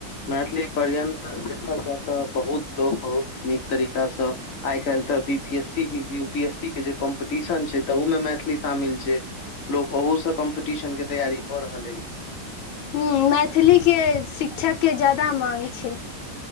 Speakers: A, on the left; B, on the left.
A: मैथिली पर्यन्त देखल जाय तऽ बहुत लोक बहुत नीक तरीकासँ आइ कालल तऽ बीपीएस सी की यूपीएस सी के जे कम्पटीशन छै तहूमे मैथिली शामिल छै लोक ओहू स कम्पटीशनके तैयारी कऽ रहल अछि
B: हूँ मैथिलीके शिक्षक के ज्यादा माँग छै